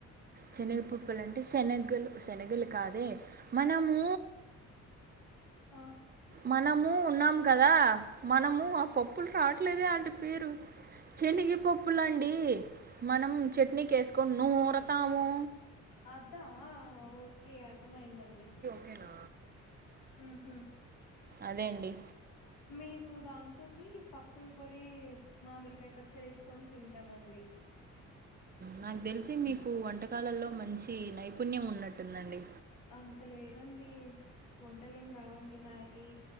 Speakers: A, on the right; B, on the left.
A: చేనగపప్పులు అంటే శనగలు శనగలు కాదే మనము
B: ఆ
A: మనము ఉన్నాము కదా మనము ఆ పప్పులు రావట్లేదే అంటి పేరు చెనగ పప్పులండి మనం చట్నీకేసుకొని నూరతాము
B: అధా ఓకే అర్థమయిందండి
A: ఓకేనా
B: ఉహు
A: అదే అండి
B: మేము దాంతోటి పప్పులు పొడి మామిడికాయ పచ్చడి వేసుకొని తింటాము అండి
A: నాకు తెలిసి మీకు వంటకాలల్లో మంచి నైపుణ్యం ఉన్నట్టుందండి.
B: అంత లేదండి వంటలు ఏమి రావండి మ్యాగీ.